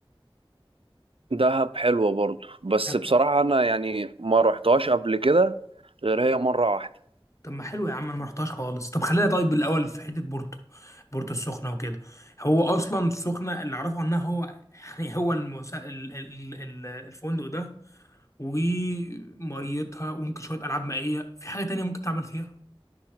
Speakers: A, on the right; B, on the left.
A: دهب حلوة برضو بس
B: طب
A: بصراحة أنا يعني ما رحتهاش قبل كده غير هي مرة واحدة
B: طب ما حلو يا عم انا ما رحتهاش خالص طب خلينا طيب الاول في حته بورتو بورتو السخنه وكده هو اصلا السخنه اللي اعرفه عنها هو <laughs> يعني هو المسا... ال... ال... ال- الفندق ده وميتها وممكن شوية ألعاب مائية في حاجة تانية ممكن تعمل فيها